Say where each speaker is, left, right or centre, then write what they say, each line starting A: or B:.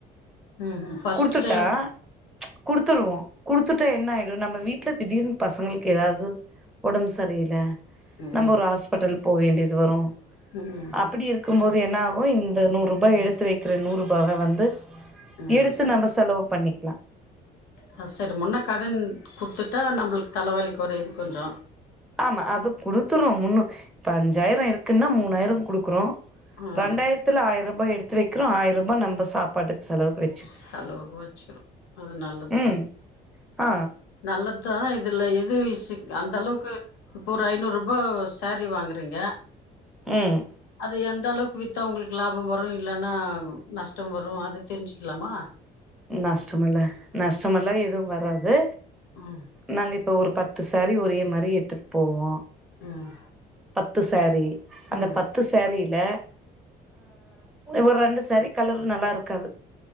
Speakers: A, on the left; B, in the centre.
A: ம் ம் ஃபர்ஸ்ட்
B: குடுத்துட்டா
A: டைம்
B: குடுத்துருவோ குடுத்துட்டா என்ன ஆயிரு நம்ம வீட்ல திடீர்னு பசங்களுக்கு ஏதாவது ஒடம்பு சரியில
A: ம்
B: நம்ம
A: ம்
B: ஒரு ஹாஸ்பிட்டல் போ வேண்டியது வரு
A: ம்
B: அப்பிடி இருக் இருக்கும்போது என்ன ஆகு இந்த நூர் ரூபாய் எடுத்து வைக்ற நூர் ரூபாவ வந்து
A: <unintelligible>
B: எடுத்து நம்ம செலவு பண்ணிக்லா
A: ஆ சரி முன்னே கடன் குடுத்துட்டா நம்ளுக்கு தலவலி குறையுது கொஞ்சோ
B: ஆமா அது குடுத்துருவோ முன்னு இப்போ அஞ்சாயிர இருக்குன்னா மூணாயிரோ குடுக்றோ
A: ம்
B: ரெண்டாய்ரத்துல ஆயிர் ரூபாய் எடுத்து வெக்றோ ஆயிர் ரூய நம்ப சாப்பாட்டுக் செலவுக் வெ
A: செலவுக் வெச்சுக்கிரோ அது நல்லத்தா
B: ம் ஆ
A: நல்லத்தா இதுல எது விசிக் அந்த அளவுக்கு ஒரு ஐநூறு ரூபாய் சாரி வாங்குறீங்க
B: ம்
A: அது எந்த அளவுக் வித் வித்தவுளுக்கு லாபோ வரு இல்லைனா நஷ்டம் வரு அத தெரிஞ்சுக்லாமா
B: நஷ்டமல்ல நஷ்டமல்லா எதுவு வராது
A: ஆ
B: நாங்க இப்போ ஒரு பத்து சேரி ஒரே மாரி எத்துட் போவோ
A: ம்
B: பத்து சேரி
A: ம்
B: அந்த பத்து சேரில்ல ஒரு ரெண்டு சேரி கலர் நல்லா இருக்காது